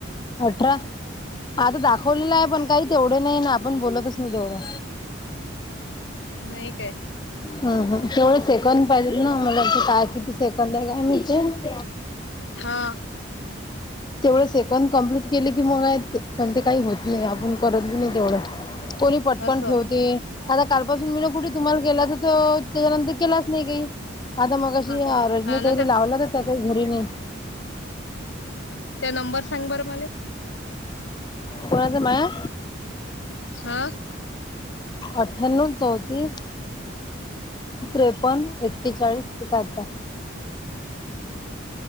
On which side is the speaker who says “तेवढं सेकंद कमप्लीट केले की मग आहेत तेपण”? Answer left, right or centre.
Left